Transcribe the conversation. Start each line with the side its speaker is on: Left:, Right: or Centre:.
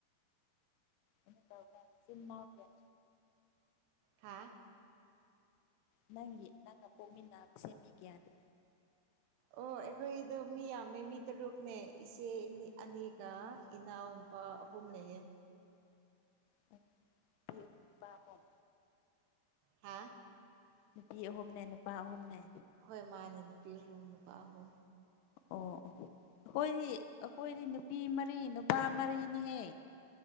Left: <unintelligible>
Right: ꯍꯥꯥ
Left: ꯅꯪꯒꯤ ꯅꯪꯒ ꯄꯣꯛꯃꯤꯟꯅꯕꯁꯦ ꯃꯤ ꯀꯌꯥꯅꯤ
Right: ꯑꯣ ꯑꯩꯈꯣꯏꯗꯣ ꯃꯤ ꯌꯥꯝꯃꯦ ꯃꯤ ꯇꯔꯨꯛꯅꯦ ꯏꯆꯦ ꯏꯅꯤ ꯑꯅꯤꯒ ꯏꯅꯥꯎꯄꯥ ꯑꯍꯨꯝ ꯂꯩꯌꯦ
Left: ꯅꯨꯄꯤ ꯑꯍꯨꯝ ꯅꯨꯄꯥ ꯑꯍꯨꯝ
Right: ꯍꯥ
Left: ꯅꯨꯄꯤ ꯑꯍꯨꯝꯅꯦ ꯅꯨꯄꯥ ꯑꯍꯨꯝꯅꯦ
Right: ꯍꯣꯏ ꯃꯥꯅꯦ ꯅꯨꯄꯤ ꯑꯍꯨꯝ ꯅꯨꯄꯥ ꯑꯍꯨꯝ
Left: ꯑꯣ ꯑꯈꯣꯏꯗꯤ ꯑꯈꯣꯏꯗꯤ ꯅꯨꯄꯤ ꯃꯔꯤ ꯅꯨꯄꯥ ꯃꯔꯤꯅꯤꯍꯦ